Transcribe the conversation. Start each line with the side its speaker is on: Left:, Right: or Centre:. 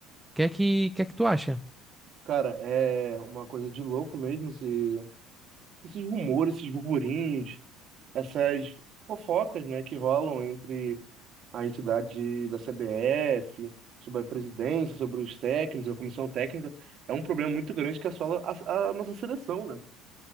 Centre: O que é que, que é que tu acha?
Right: Cara, é uma coisa de louco mesmo esse- esses rumores, esses burburinhos, essas fofocas, né, que rolam entre a entidade da CBF, sobre a presidência, sobre os técnicos, a comissão técnica. É um problema muito grande que assola a, a nossa seleção, né?